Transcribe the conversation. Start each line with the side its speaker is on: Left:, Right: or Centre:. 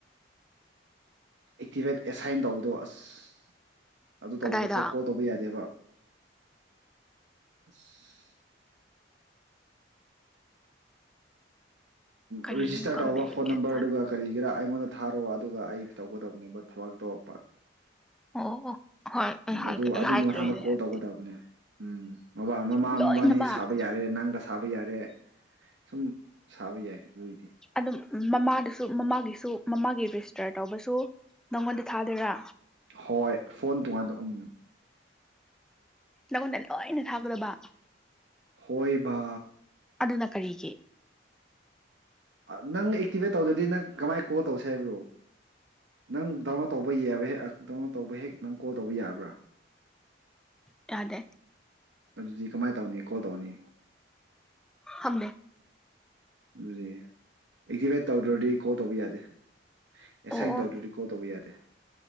Right: ꯑꯦꯛꯇꯤꯚꯦꯠ ꯑꯦꯁꯥꯏꯟ ꯇꯧꯕꯗꯣ ꯑꯁ ꯑꯗꯨ
Centre: ꯀꯗꯥꯏꯗ
Right: ꯇꯧꯗ꯭ꯔꯣ ꯐꯥꯎ ꯀꯣꯜ ꯇꯧꯕ ꯌꯥꯗꯦꯕ ꯑꯁ
Centre: ꯀꯔꯤꯅꯣ
Right: ꯎ ꯔꯤꯖꯤꯁꯇꯔ
Centre: ꯈꯪꯗꯦ
Right: ꯇꯧꯕ ꯐꯣꯟ
Centre: ꯒ꯭ꯌꯥꯟ
Right: ꯅꯝꯕꯔꯗꯨ
Centre: ꯇꯥꯗꯦ
Right: ꯀꯔꯤꯒꯔꯥ ꯃꯉꯣꯟꯗ ꯊꯥꯔꫭ ꯋꯥ ꯑꯗꯨꯒ ꯑꯩ ꯇꯧꯒꯗꯕꯅꯦ ꯕꯠ ꯊꯕꯛ ꯇꯧꯔꯛꯄ
Centre: ꯑꯣ ꯍꯣꯏ ꯑꯩ
Right: ꯎꯝ
Centre: ꯍꯥꯏꯒꯦ
Right: ꯑꯗꯨ
Centre: ꯑꯩ
Right: ꯑꯗꯨꯒꯤ
Centre: ꯍꯥꯏꯈ꯭ꯔꯦꯅꯦ
Right: ꯃꯇꯊꯥꯡꯗ ꯀꯣꯜ
Centre: ꯍꯥꯏꯕꯗꯤ
Right: ꯇꯧꯒꯗꯕꯅꯦ ꯎꯝ ꯃꯕꯥ ꯃꯃꯥ
Centre: ꯂꯣꯏꯅꯃꯛ
Right: ꯃꯕꯥꯅꯤ ꯁꯥꯕ ꯌꯥꯔꯦ ꯅꯪ ꯁꯥꯕ ꯌꯥꯔꯦ ꯁꯨꯝ ꯁꯥꯕ ꯌꯥꯏ ꯑꯗꯨꯒꯤꯗꯤ
Centre: ꯑꯗꯨꯝ ꯃꯃꯥꯗꯁꯨ ꯃꯃꯥꯒꯤꯁꯨ ꯃꯃꯥꯒꯤ ꯔꯦꯖꯤꯁꯇꯔ ꯇꯧꯕꯁꯨ ꯅꯪꯉꯣꯟꯗ ꯊꯥꯗꯣꯏꯔꯥ
Right: ꯍꯣꯏ ꯐꯣꯟ ꯇꯣꯉꯥꯟꯗꫭ ꯎꯝ
Centre: ꯅꯉꯣꯟꯗ ꯂꯣꯏꯅ ꯊꯥꯒꯗꯕ
Right: ꯍꯣꯏꯕ
Centre: ꯑꯗꯨꯅ ꯀꯔꯤꯒꯤ
Right: ꯑ ꯅꯪ ꯑꯦꯛꯇꯤꯚꯦꯠ ꯇꯧꯗ꯭ꯔꯗꯤ ꯅꯪ ꯀꯃꯥꯏꯅ ꯀꯣꯜ ꯇꯧꯁꯦ ꯍꯥꯏꯕ꯭ꯔꯣ ꯅꯪ ꯗꯥꯎꯟꯂꯣꯠ ꯇꯧꯕ ꯌꯦꯕꯩ ꯍꯦꯛ ꯗꯥꯎꯟꯂꯣꯠ ꯇꯧꯕ ꯍꯦꯛ ꯅꯪ ꯀꯣꯜ ꯇꯧꯕ ꯌꯥꯕ꯭ꯔꯥ
Centre: ꯇꯥꯗꯦ
Right: ꯑꯗꯨꯗꯤ ꯀꯃꯥꯏꯅ ꯇꯧꯅꯤ ꯀꯣꯜ ꯇꯧꯅꯤ
Centre: ꯐꯝꯗꯦ
Right: ꯑꯗꯨꯗꯤ ꯑꯦꯛꯇꯤꯚꯦꯠ ꯇꯧꯗ꯭ꯔꯗꯤ ꯀꯣꯜ ꯇꯧꯕ ꯌꯥꯗꯦ ꯑꯦꯁꯥꯏꯟ
Centre: ꯑꯣ ꯑꯣ
Right: ꯇꯧꯗ꯭ꯔꯗꯤ ꯀꯣꯜ ꯇꯧꯕ ꯌꯥꯗꯦ